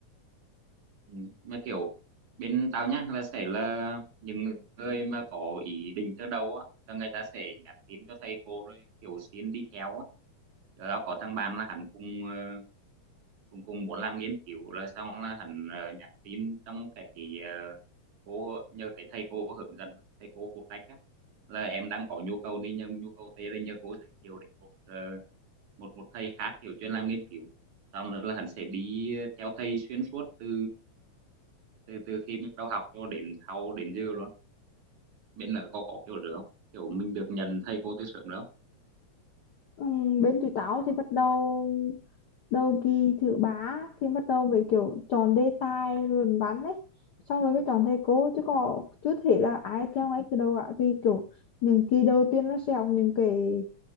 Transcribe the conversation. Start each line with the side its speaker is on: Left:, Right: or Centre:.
Right: Ừ. Mà kiểu bên tao nhá là sẽ là những người mà có ý định từ đầu á là người ta sẽ nhắn tin cho thầy cô rồi kiểu xin đi theo á rồi tao có thằng bạn là hắn cùng ờ, cùng cũng muốn làm nghiên cứu rồi xong là hắn ờ, nhắn tin trong cái ờ, cô nhờ cái thầy cô hướng dẫn thầy cô phụ trách á là em đang có nhu cầu này nhờ nhu cầu tê đây nhờ cô giới thiệu đến một ờ, một một thầy khác kiểu chuyên làm nghiên cứu xong rồi là hắn sẽ đi theo thầy xuyên suốt từ từ từ khi bắt đầu học cho đến sau đến giờ luôn bên là có có kiểu nữa kiểu mình được nhận thầy cô từ sớm nữa
Left: Ừm, bên tụi tao thì bắt đầu đầu kỳ thứ ba thì bắt đầu về kiểu chọn đề tài luận văn ấy xong rồi mới chọn thầy cô chứ có chưa thể là ai theo ngay từ đầu cả vì kiểu những kỳ đầu tiên nó sẽ học những cái